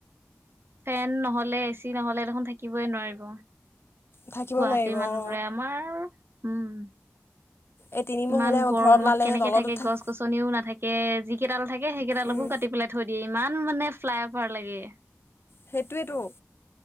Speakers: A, on the right; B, on the left.
A: ফেন নহলে এ চি নহলে দেখোন থাকিবই নোৱাৰিব।
B: থাকিব
A: গুৱাহাটীৰ
B: নোৱাৰিব
A: মানুহবোৰে
B: অঁ
A: আমাৰ উম
B: এই তিনিমূৰ
A: ইমান
B: হ'লে
A: গৰমত
B: ঘৰ পেলালে
A: কেনেকে
B: তলতো
A: থাকে
B: থাক
A: গছ গছনিও নাথাকে যি কেইডাল থাকে সেই কেইডালকো
B: উম
A: কাটি পেলাই ধৈ দিয়ে ইমান মানে ফ্লাই অভাৰ লাগে
B: সেইটোৱেতো